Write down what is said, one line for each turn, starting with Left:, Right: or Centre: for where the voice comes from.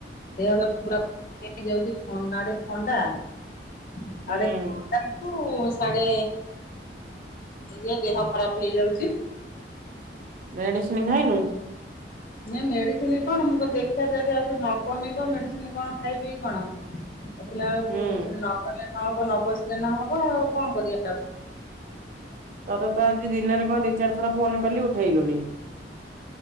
Left: ଦେହ ପା ପୁରା <inaudible> ଯାଉଚି ଥଣ୍ଡା ଯେ ଥଣ୍ଡା ଆଉ
Right: ହୁଁ
Left: ଗୋଟେ ଥଣ୍ଡା କୁ ସ୍ୟାଡେ ଇଏ ଦେହ ଖରାପ ହେଇଯାଉଚି।
Right: ମେଡିସିନ ଖାଇନୁ?
Left: ନାଇ ମେଡିସିନ କଣ ମୁଁ କହିଲା ଦେଖିଆ ଯଦି ଆଉ ନ କମିବ ମେଡିସିନ କଣ ଖାଇବିି କଣ। ଦେଖିଲା ବେଳକୁ
Right: ହୁଁ।
Left: ସେଠି ନକଲେ ନହବ ନ ବସିଲେ ନହବ ଆଉ କଣ କରିବା।
Right: ତତେ ତ ଆଜି ଦିନରେ କଣ ଦିଚାରି ଥର ଫୋନ କଲି ଉଠେଇଲୁନି।